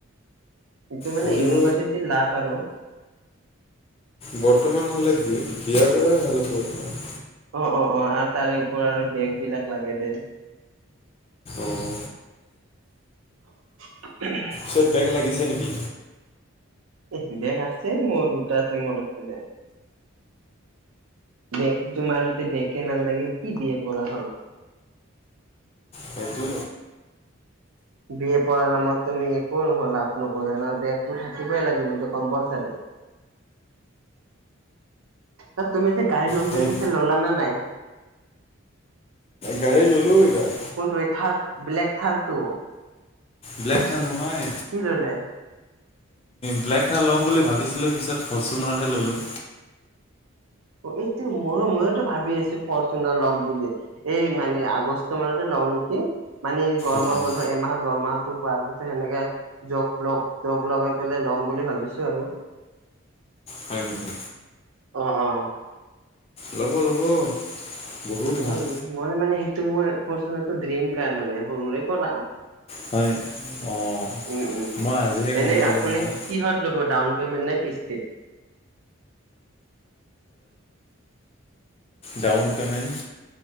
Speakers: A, on the right; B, on the left.
A: এইটো মানে
B: কৰিব
A: ইউনিভাৰ্চিটিৰ লাভ আৰু,
B: বৰ্তমান হ'লে বি বিয়া কৰাই ভাল হ'ব তোমাৰ।
A: অ' অ' অ' আৰু তাৰে ওপৰ আৰু বেগ বিলাক লাগে দে।
B: অঁ
A: <unintelligible>
B: চট বেগ লাগিছে নেকি?
A: এ বেগ আছে মোৰ দুটা চেমত আছিলে। বেগটো মাৰোতে বেগে না লাগিল কি বি এ পৰা হ'ল।
B: সেইটো
A: বিএ পঢ়াৰ নামত তুমি একো নহ' লাভ নকৰি ন বেগটো থাকিবই লাগিবতটো কম্পালচাৰী। ত তুমি যে গাড়ী ল'ম
B: সেই
A: বুলি কৈছা ল'লা নে নাই?
B: গাড়ী ল'লোঁ এইবাৰ
A: কোনটো এ থাৰ ব্লেক থাৰৰ্টো,
B: ব্লেক থাৰ নহয়।
A: কি ল'লে?
B: ব্লেকথাৰ ল'ম বুলি ভাবিছিলো, পিছত ফৰ্চুনাৰ হে ল'লো।
A: অ এইটো ময়ো ময়ো ভাবি আছো ফৰচুনাৰ লম বুলি, এই মানে আগষ্ট মানতে লওঁ নেকি, মানে গৰমৰ
B: অঁ
A: বন্ধৰ এমাহ দৰমহাটো পোৱাৰ পিছত সেনেকে জগ লগ জগ লগাই পেলাই লম বুলি ভাবিছো আৰু।
B: হয় নেকি?
A: অ' অ'
B: ল'ব ল'ব বহুত
A: উম
B: ভাল।
A: মই মানে সেইটো মোৰ ৰ্ফচুনাৰটো ড্ৰিম কাৰ মানে সৰুৰে পৰা,
B: হয় অঁ
A: উম উম
B: মই আজিহে
A: এনেই
B: গম পালোঁ
A: আপুনি
B: নহয়,
A: কিহত ল'ব ডাউন পেমেণ্ট নে কিস্তিত।
B: Down payment.